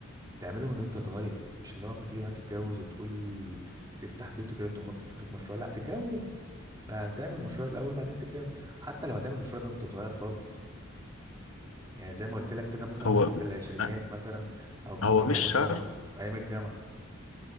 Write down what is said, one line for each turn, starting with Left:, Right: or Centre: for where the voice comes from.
Right: تعمله من وانت صغير مش اللي هو اما تيجي بقى تتجوز وتقول تفتح بيت وكده تقوم واخد فكره مشروع لا تتجوز آه، تعمل مشروع الاول بعدين تتجوز حتى لو هتعمل مشروع ده وانت صغير خالص يعني زي ما قلت لك كده مثلا
Left: هو
Right: وانت في العشرينات
Left: آه،
Right: مثلا او في التم...
Left: هو مش
Right: وانت
Left: شرط
Right: ايام الجامعه